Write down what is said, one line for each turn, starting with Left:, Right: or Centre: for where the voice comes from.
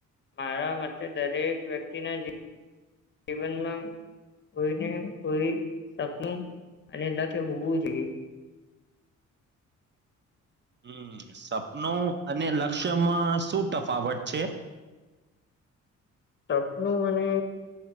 Left: મારા મતે દરેક વ્યક્તિના જીવનમાં કોઈને કોઈ સપનું અને લક્ષ્ય હોવું જોઈએ
Right: હમ સપનું અને લક્ષ્યમાં શું તફાવત છે
Left: સપનું અને